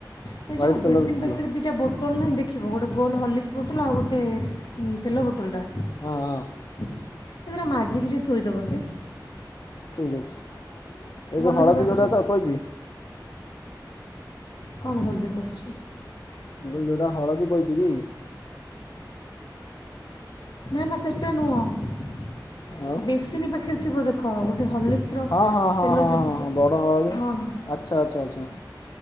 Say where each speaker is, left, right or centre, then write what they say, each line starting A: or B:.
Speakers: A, on the left; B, on the left.
A: ସେ
B: ହ୍ୱାଇଟ୍
A: ଯଉ
B: କଲର୍
A: ବେସିନ୍
B: ତେଲ
A: ପାଖିରେ ଦିଟା ବୋ ବୋଟଲ୍ ନାହିଁ ଦେଖିବ, ଗୋଟେ ଗୋଲ୍ ହରଲିକ୍ସ ବୋଟଲ୍ ଆଉ ଗୋଟେ ତେଲ ବୋଟଲଟା।
B: ହଁ ହଁ।
A: ସେ ଦିଟା ମାଜିକି ଟିକେ ଥୋଇଦବ ତି।
B: ଠିକ୍ ଅଛି। ଏ ଯେଉଁ
A: ଭଲ
B: ହଳଦୀ
A: କି ପୁରା
B: ଯେଉଁଟା
A: ସ
B: ତ ପଇଛି
A: କଣ ହଲଦୀ ପସିଚି।
B: ମୁଁ କହିଲି ଯୋଉଟା ହଳଦୀ ପଇଚି କି?
A: ନା ନା ସେଟା ନୁହଁ।
B: ଆଉ
A: ବେସିନ ପାଖ ଖେରେ ଥିବ ଦେଖ, ଗୋଟେ ହଲି କ୍ସ ର
B: ହଁ ହଁ ହଁ
A: ତେଲ
B: ହଁ
A: ଯଉ <unintelligible>
B: ହଁ ହଁ ବଡ଼ ହଳଦୀ
A: ହଁ ହଁ।
B: ଆଚ୍ଛା ଆଚ୍ଛା ଆଚ୍ଛା